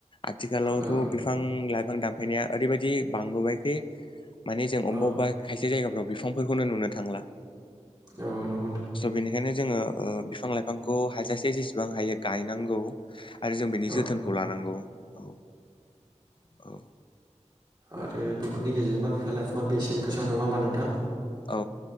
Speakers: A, on the left; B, on the right.
A: आथिखालावथ'
B: औ
A: बिफां लाइफां दा बेनिया ओरैबायाददि बांबोबायखि मानि जों अबा
B: औ
A: अबा खायसे जायगफ्राव बिफांफोरखौनो नुनो थांला
B: औ
A: स' बेनिखायनो जोङो ओ बिफां लाइफांखौ हाजासे जेसेबां हायो गायनांगौ आरो जों बेनि
B: औ
A: जोथोनखौ लानांगौ औ औ
B: आरो बेफोरनि गेजेरजोंबा बिफां लाइफाङा बेसेन गोसा नङा होमबा नोंथां
A: औ